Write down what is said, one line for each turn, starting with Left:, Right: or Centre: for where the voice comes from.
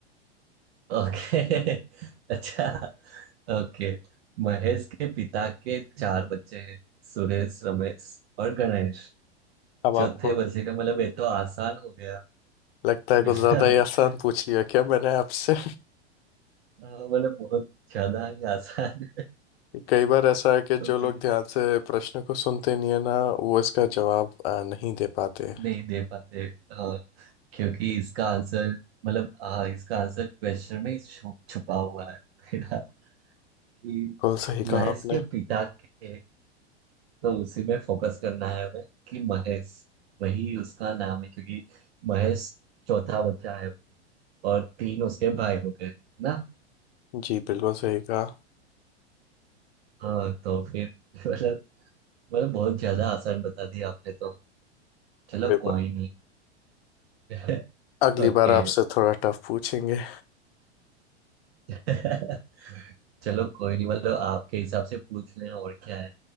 Right: ओके <laughs> अच्छा ओके महेश के पिता के चार बच्चे हैं सुरेश रमेश और गणेश
Left: अब
Right: चौथे
Left: आपको
Right: बच्चे का मतलब ये तो आसान हो गया
Left: लगता है कुछ
Right: <laughs>
Left: ज्यादा ही आसान पूछ लिया क्या मैंने आपसे
Right: हाँ, मतलब बहुत ज्यादा ही आसान
Left: कई बार ऐसा है कि
Right: <laughs>
Left: जो लोग
Right: है
Left: ध्यान से प्रश्न को सुनते नहीं है ना वो इसका जवाब अ, नहीं दे पाते
Right: नहीं दे पाते अ, क्योंकि इसका आंसर मतलब हाँ इसका आंसर क्वेश्चन में ही छु, छुपा हुआ है मेरा कि
Left: बिल्कुल सही कहा
Right: महेश
Left: आपने
Right: के पिता के तो उसी में फोकस करना है हमें कि महेश वही उसका नाम है क्योंकि महेश चौथा बच्चा है और तीन उसके भाई हो गए है ना
Left: जी बिल्कुल सही कहा
Right: हाँ तो फिर <laughs> मतलब मतलब बहुत ज्यादा आसान बता दिया आपने तो चलो
Left: कोई
Right: कोई
Left: बात
Right: नहीं <laughs>
Left: अगली
Right: ओके
Left: बार आपसे थोड़ा टफ पूछेंगे
Right: <laughs> चलो कोई नहीं मतलब आपके हिसाब से पूछ लेना और क्या है